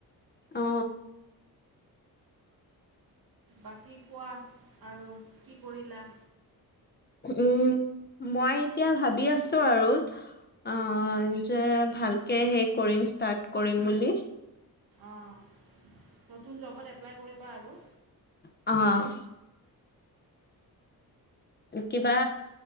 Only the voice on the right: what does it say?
বাকী কোৱা আৰু কি কৰিলা
অঁ নতুন জবত এপ্লাই কৰিবা আৰু